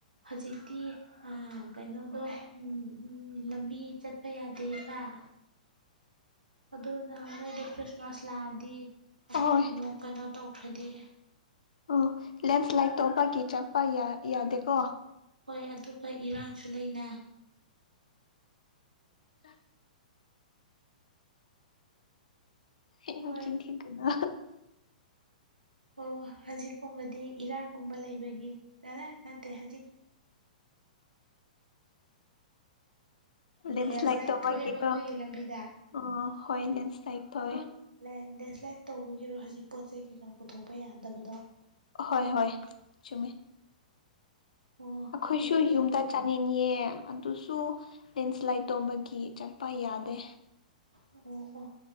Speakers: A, on the right; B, on the left.
A: ꯍꯥꯖꯤꯛꯇꯤ ꯑꯥ ꯀꯩꯅꯣꯗꯣ ꯎꯝ ꯂꯝꯕꯤ ꯆꯠꯄ ꯌꯥꯗꯦꯄꯥꯥ ꯑꯗꯨꯅ ꯅꯣꯏꯗ ꯈ꯭ꯔꯤꯁꯃꯥꯁ ꯂꯥꯛ ꯑꯗꯤ ꯑꯩꯈꯣꯏ
B: ꯑꯍꯣꯏ
A: ꯑꯃꯨꯛ ꯀꯩꯅꯣ ꯇꯧꯈ꯭ꯔꯗꯤ
B: ꯑꯥ ꯂꯦꯟꯁ꯭ꯂꯥꯏꯗ ꯇꯧꯕꯒꯤ ꯆꯠꯄ ꯌꯥ ꯌꯥꯗꯦꯀꯣ
A: ꯍꯣꯏ ꯑꯗꯨꯒ ꯏꯔꯥꯡꯁꯨ ꯂꯩꯅ
B: ꯑ ꯍꯦ ꯍꯦ
A: ꯍꯣꯏ
B: ꯆꯤꯟ ꯊꯤꯒꯅꯣ
A: ꯑꯣ ꯍꯥꯖꯤꯛꯀꯨꯝꯕꯗꯤ ꯏꯔꯥꯡꯒꯨꯝꯕ ꯂꯩꯕꯒꯤ ꯑꯥ ꯅꯠꯇꯦ ꯍꯥꯖꯤꯛ
B: ꯂꯦꯟꯁ꯭ꯂꯥꯏꯠ
A: ꯂꯦꯟꯁ꯭ꯂꯥꯏꯗ
B: ꯇꯧꯕꯒꯤꯀꯣ
A: ꯊꯣꯛ ꯑꯦꯕ ꯅꯣꯏꯒꯤ ꯂꯝꯕꯤꯗ
B: ꯑꯣ ꯍꯣꯏ ꯂꯦꯟꯁ꯭ꯂꯥꯏꯠ ꯇꯧꯋꯦ
A: ꯑꯗꯨ ꯂꯦꯟ ꯂꯦꯟꯁ꯭ꯂꯥꯏꯗ ꯇꯧꯕꯒꯤꯔꯣ ꯍꯥꯖꯤꯛ ꯄꯣꯠ ꯆꯩ ꯀꯩꯀꯥ ꯄꯨꯊꯣꯛꯄ ꯌꯥꯗꯕꯗꯣ
B: ꯍꯣꯏ ꯍꯣꯏ ꯆꯨꯝꯃꯦ
A: ꯑꯣ
B: ꯑꯩꯈꯣꯏꯁꯨ
A: ꯑꯗꯨꯒꯤ
B: ꯌꯨꯝꯗꯠ ꯆꯠꯅꯤꯡꯉꯦ ꯑꯗꯨꯁꯨ ꯂꯦꯟꯁ꯭ꯂꯥꯏꯗ ꯇꯧꯕꯒꯤ ꯆꯠꯄ ꯌꯥꯗꯦ
A: ꯑꯣ ꯑꯣ